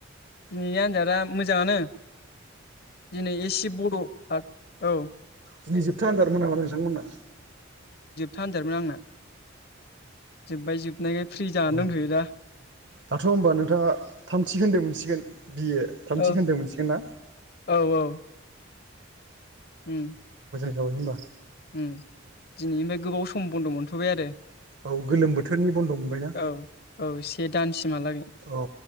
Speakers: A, on the left; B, on the right.
A: दिनैनि आन्जादा मोजाङानो। दिनै एसे बड' औ
B: दिनै जोबथा आजार मोन नामा नोंथांमोना?
A: था आनजादमोन आंना। जोब्बाय जोबनायखाय फ्रि जानानै
B: औ।
A: दंथ'यो दा
B: दाथ' होमबा नोंथाङा थामथिखोन्दो मोनसिगोन? बि ए थामथि
A: औ
B: खोन्दो मोनसिगोन ना?
A: औ औ उम।
B: औ होमबा
A: उम दिनैनिफ्राय गोबाव सम बन्द' मोनथ'बाय आरो।
B: औ गोलोम बोथोरनि बन्द' मोनबायना?
A: औ औ से दानसिमहालागै
B: औ